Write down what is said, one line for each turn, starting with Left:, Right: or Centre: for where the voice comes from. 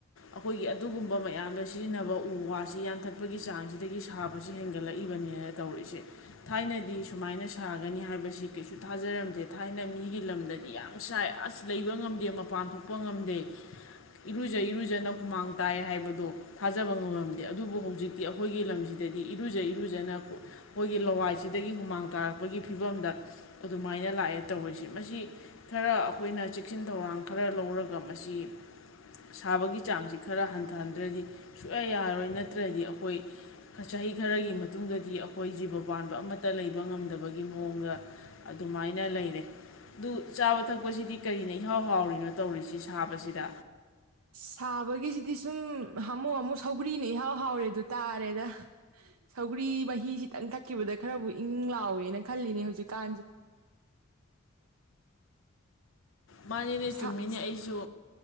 Left: ꯑꯩꯈꯣꯏꯒꯤ ꯑꯗꯨꯒꯨꯝꯕ ꯃꯌꯥꯝꯗ ꯁꯤꯖꯤꯟꯅꯕ ꯎ ꯋꯥ ꯑꯁꯤ ꯌꯥꯟꯊꯠꯄꯒꯤ ꯆꯥꯡꯁꯤꯗꯒꯤ ꯁꯥꯕꯁꯤ ꯍꯦꯟꯒꯠꯂꯛꯏꯕꯅꯦꯅ ꯇꯧꯔꯛꯁꯦ ꯊꯥꯏꯅꯗꯤ ꯁꯨꯃꯥꯏꯅ ꯁꯥꯒꯅꯤ ꯍꯥꯏꯕꯁꯤ ꯀꯩꯁꯨ ꯊꯥꯖꯔꯝꯗꯦ ꯊꯥꯏꯅ ꯃꯤꯒꯤ ꯂꯝꯗꯗꯤ ꯌꯥꯝ ꯁꯥꯏ ꯑꯁ ꯂꯩꯕ ꯉꯝꯗꯦ ꯃꯄꯥꯟ ꯊꯣꯛꯄ ꯉꯝꯗꯦ ꯏꯔꯨꯖ ꯏꯔꯨꯖꯅ ꯍꯨꯃꯥꯡ ꯇꯥꯏ ꯍꯥꯏꯕꯗꯣ ꯊꯥꯖꯕ ꯉꯝꯃꯝꯗꯦ ꯑꯦ ꯑꯗꯨꯕꯨ ꯍꯧꯖꯤꯛ ꯑꯩꯈꯣꯏꯒꯤ ꯂꯝꯁꯤꯗꯗꯤ ꯏꯔꯨ ꯐꯨꯖ ꯏꯔꯨꯖꯅ ꯑꯩꯈꯣꯏꯒꯤ ꯂꯋꯥꯏꯁꯤꯗꯒꯤ ꯍꯨꯃꯥꯡ ꯇꯥꯔꯛꯄꯒꯤ ꯐꯤꯕꯝꯗ ꯑꯗꯨꯃꯥꯏꯅ ꯂꯥꯛꯑꯦ ꯇꯧꯔꯤꯔꯤꯁꯤ ꯃꯁꯤ ꯈꯔ ꯑꯩꯈꯣꯏꯅ ꯆꯦꯛꯁꯤꯟ ꯊꯧꯔꯥꯡ ꯈꯔ ꯂꯧꯔꯒ ꯃꯁꯤ ꯁꯥꯕꯒꯤ ꯆꯥꯡꯁꯤ ꯈꯔ ꯍꯟꯊꯍꯟꯗ꯭ꯔꯗꯤ ꯁꯨꯛꯌꯥ ꯌꯥꯔꯣꯏ ꯅꯠꯇ꯭ꯔꯗꯤ ꯑꯩꯈꯣꯏ ꯆꯍꯤ ꯈꯔꯒꯤ ꯃꯇꯨꯡꯗꯗꯤ ꯑꯩꯈꯣꯏ ꯖꯤꯕ ꯄꯥꯟꯕ ꯑꯃꯠꯇ ꯂꯩꯕ ꯉꯝꯗꯕꯒꯤ ꯃꯑꯣꯡꯗ ꯑꯗꯨꯃꯥꯏꯅ ꯂꯩꯔꯦ ꯑꯗꯨ ꯆꯥꯕ ꯊꯛꯄꯁꯤꯗꯤ ꯀꯔꯤꯅ ꯏꯍꯥꯎ ꯍꯥꯎꯔꯤꯅꯣ ꯇꯧꯔꯤꯁꯤ ꯁꯥꯕꯁꯤꯗ
Right: ꯁꯥꯕꯒꯤꯁꯤꯗꯤ ꯁꯨꯝ ꯍꯥꯃꯨꯛ ꯍꯥꯃꯨꯛ ꯁꯧꯒ꯭ꯔꯤꯅ ꯏꯍꯥꯎ ꯍꯥꯎꯔꯦ ꯑꯗꯨ ꯇꯥꯔꯦꯗ ꯁꯧꯒ꯭ꯔꯤ ꯃꯍꯤ ꯈꯤꯇꯪ ꯊꯛꯈꯤꯕꯗ ꯈꯔꯕꯨ ꯏꯪ ꯂꯥꯎꯋꯦꯅ ꯈꯜꯂꯤꯅꯦ ꯍꯧꯖꯤꯛꯀꯥꯟꯁꯦ
Left: ꯃꯥꯅꯤꯅꯦ
Right: ꯁꯥ
Left: ꯆꯨꯝꯃꯤꯅꯦ ꯑꯩꯁꯨ